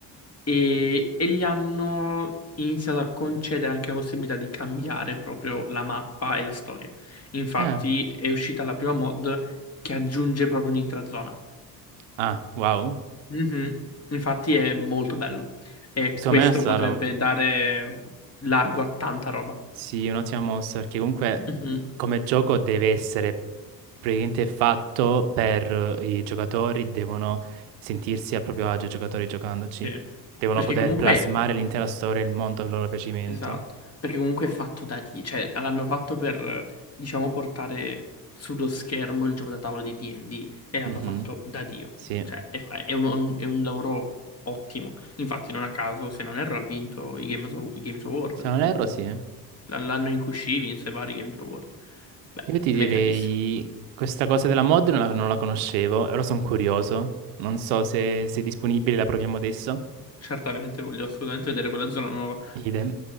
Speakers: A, on the left; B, on the right.
A: e, e gli hanno iniziato a concedere anche la possibilità di cambiare proprio la mappa e la storia. Infatti
B: Eh.
A: è uscita la prima mod che aggiunge proprio un'intera zona.
B: Ah, wow.
A: Mhm. Infatti è molto bello e
B: Secondo
A: questo
B: me è stata
A: potrebbe dare largo a tanta roba.
B: sì, un'ottima mossa perché comunque
A: Mhm.
B: mh, come gioco deve essere praticamente fatto per eh, i giocatori, devono sentirsi a proprio agio i giocatori giocandoci,
A: Sì.
B: devono
A: Perché
B: poter
A: comunque,
B: plasmare l'intera storia e il mondo a loro piacimento.
A: esatto, perché comunque è fatto da D, cioè l'hanno fatto per, diciamo, portare sullo schermo il gioco da tavolo di D&D e l'hanno
B: Mhm,
A: fatto da Dio.
B: Sì,
A: Cioè è, fa- è un, un- è un lavoro ottimo. Infatti non a caso, se non erro, ha vinto i Games, Aw- i Games Award.
B: se non erro sì. Io
A: L- L'anno in cui uscì vinse vari Games Award. Beh,
B: ti
A: meritatissimo.
B: direi questa cosa della mod non la, non la conoscevo, ora sono curioso, non so se, se è disponibile, la proviamo adesso.
A: Certamente, voglio assolutamente vedere quella zona nuova.
B: Idem.